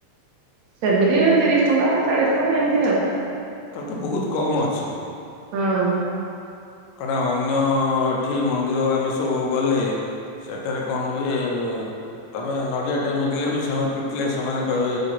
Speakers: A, on the right; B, on the left.
A: ସେମିତି ତିରିଶ ଟଙ୍କା ଚାଳିଶ ଟଙ୍କା ଏମିତି ଆଉ।
B: ତ ତ ବହୁତ କମ ଅଛି।
A: ହଁ।
B: କାରଣ ଅନ୍ୟଠି ମନ୍ଦିର ଆମେ ସବୁ ଗଲେ ସେଠାରେ କଣ ହୁଏ? ତମେ ନଡିଆ ଟାଇମଗଲେ ବି ସେମାନେ ପିତିଲେ ସେମାନେ କହିବେ